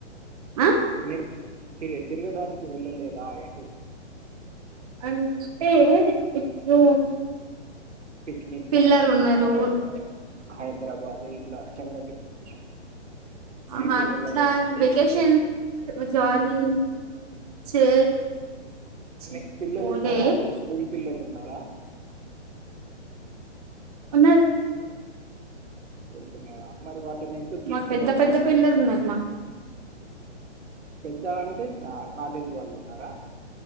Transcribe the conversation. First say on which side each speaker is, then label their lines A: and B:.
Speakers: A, on the right; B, on the right.
A: ఆ
B: మీరు తిర్ తిరగడానికి వెళ్ళలేదా ఎటు
A: అంటే ఇప్పుడు
B: పిక్నిక్
A: పిల్లలు
B: గాని
A: ఉన్నారు
B: లేదా ఎక్కడైనా హైదరాబాద్ ఇట్లా చల్లటి ప్రదేశం
A: ఆహా
B: ఎటు
A: అట్లా
B: వెళ్ళలేదా అండి
A: వెకేషన్స్ ఇపుడు జాలీ చె ఛీ
B: మీకు పిల్లలు
A: పోలే
B: ఉన్నారా అండి స్కూల్ పిల్లలు ఉన్నారా
A: ఉన్నారు
B: కొడుకున్నయా మరి వాళ్ళనేటు తీసుకెళ్లలేదా
A: మాకు పెద్ద పెద్ద
B: అండి
A: పిల్లలు ఉన్నారు మా
B: పెద్ద అంటే ఆ కాలేజ్ వాళ్ళు ఉన్నారా